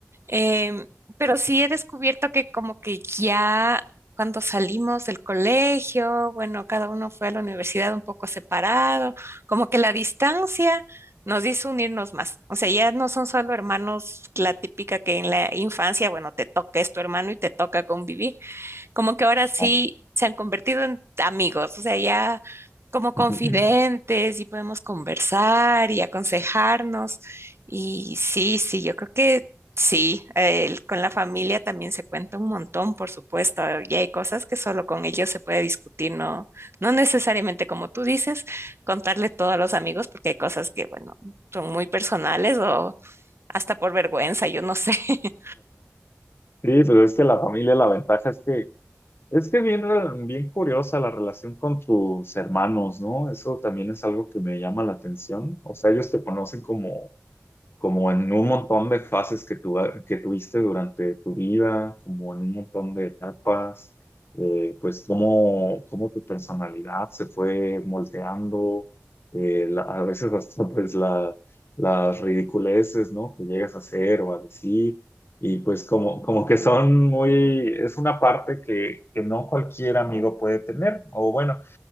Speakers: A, on the right; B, on the left.
A: Em, pero sí he descubierto que como que ya cuando salimos del colegio, bueno, cada uno fue a la universidad un poco separado, como que la distancia nos hizo unirnos más. O sea, ya no son solo hermanos, la típica que en la infancia, bueno, te toca, es tu hermano y te toca convivir, como que ahora sí
B: No.
A: se han convertido en amigos, o sea, ya como confidentes
B: <laughs>
A: y podemos conversar y aconsejarnos. Y sí, sí, yo creo que sí, el- con la familia también se cuenta un montón, por supuesto, y hay cosas que solo con ellos se puede discutir, no, no necesariamente como tú dices, contarle todo a los amigos, porque hay cosas que, bueno, son muy personales o hasta por vergüenza, yo no sé. <laughs>
B: Sí, pero es que la familia, la ventaja es que es que bien, re- bien curiosa la relación con tus hermanos, ¿no? Eso también es algo que me llama la atención. O sea, ellos te conocen como como en un montón de fases que, tu, que tuviste durante tu vida, como en un montón de etapas, eh, pues cómo, cómo tu personalidad se fue moldeando, eh, la- a veces hasta <laughs> pues la, las ridiculeces, ¿no? que llegas a hacer o a decir, y pues como, como que son muy, es una parte que, que no cualquier amigo puede tener, o bueno,